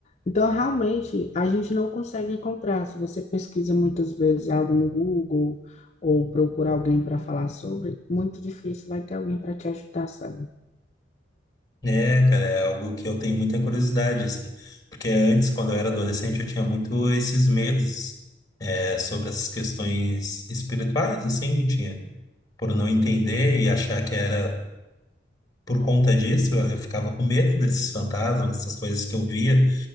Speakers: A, on the left (about 35°); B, on the left (about 20°).
A: Então, realmente, a gente não consegue encontrar. Se você pesquisa muitas vezes algo no Google ou procura alguém para falar sobre, muito difícil vai ter alguém para te ajudar, sabe?
B: É, cara, é algo que eu tenho muita curiosidade, assim. Porque antes, quando eu era adolescente, eu tinha muito esses medos, é, sobre essas questões espirituais, assim, eu tinha, por não entender e achar que era por conta disso, eu eu ficava com medo desses fantasmas, essas coisas que eu via